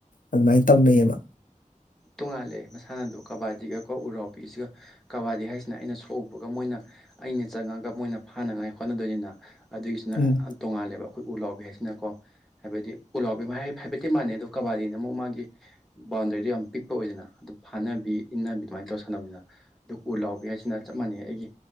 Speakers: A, on the left; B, in the centre.
A: ꯑꯗꯨꯃꯥꯏꯅ ꯇꯧꯅꯩꯌꯦꯕ
B: ꯇꯣꯡꯉꯥꯜꯂꯦ ꯃꯁꯥꯟꯅꯗꯣ ꯀꯕꯥꯗꯤꯒꯀꯣ ꯎꯔꯥꯎꯕꯤꯁꯤꯒ ꯀꯕꯥꯗꯤ ꯍꯥꯏꯁꯤꯅ ꯑꯩꯅ ꯁꯣꯛꯎꯕꯒ ꯃꯣꯏꯅ ꯑꯩꯅ ꯆꯪꯉꯒ ꯃꯣꯏꯅ ꯐꯥꯅꯉꯥꯏ ꯍꯣꯠꯅꯗꯣꯏꯅꯤꯅ ꯑꯗꯨꯒꯤꯁꯤꯅ
A: ꯎꯝ
B: ꯌꯥꯝ ꯇꯣꯉꯥꯜꯂꯦꯕ ꯑꯩꯈꯣꯏ ꯎ ꯂꯥꯎꯕꯤ ꯍꯥꯏꯁꯤꯅꯀꯣ ꯍꯥꯏꯕꯗꯤ ꯎꯂꯥꯎꯕꯤ ꯍꯥꯏꯦꯠꯇ ꯃꯥꯟꯅꯩ ꯑꯗ‌ꯣ ꯀꯕꯥꯗꯤꯅ ꯑꯃꯨꯛ ꯃꯥꯒꯤ ꯕꯥꯎꯟꯗꯔꯤꯗꯨꯣ ꯌꯥꯝ ꯄꯤꯛ ꯑꯣꯏꯗꯅ ꯑꯗꯨ ꯐꯥꯅꯕꯤ ꯏꯟꯅꯕꯤ ꯑꯗꯨꯃꯥꯏꯅ ꯇꯧꯔ ꯁꯥꯟꯅꯕꯁꯤꯅ ꯑꯗꯨ ꯎ ꯂꯥꯎꯕꯤ ꯍꯥꯏꯁꯤꯅ ꯆꯞ ꯃꯥꯟꯅꯩ ꯑꯩꯒꯤ